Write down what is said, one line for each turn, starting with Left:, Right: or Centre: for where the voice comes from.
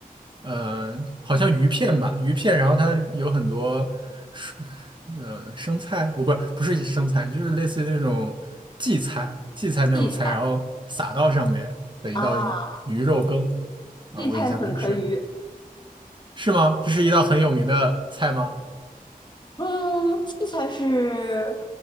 Right: 嗯，好像鱼片吧，鱼片，然后它有很多蔬，呃，生菜，不不不是生菜，就是类似于那种荠菜，荠菜那种菜，
Left: 荠菜
Right: 然后撒到上面的一道鱼鱼肉羹
Left: 啊，
Right: 啊，
Left: 荠菜粉壳鱼，
Right: 我印象很深，是吗？这是一道很有名的菜吗？
Left: 嗯，荠菜是，